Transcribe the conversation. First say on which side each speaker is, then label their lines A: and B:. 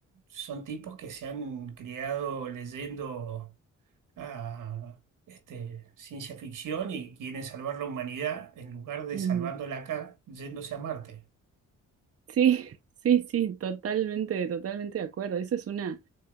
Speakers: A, on the right; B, on the right.
A: son tipos que se han criado leyendo. a este, ciencia ficción y quieren salvar la humanidad en lugar de
B: Ujú.
A: salvándola acá, yéndose a Marte.
B: Sí, <laughs> sí, sí, totalmente, totalmente de acuerdo. Eso es una,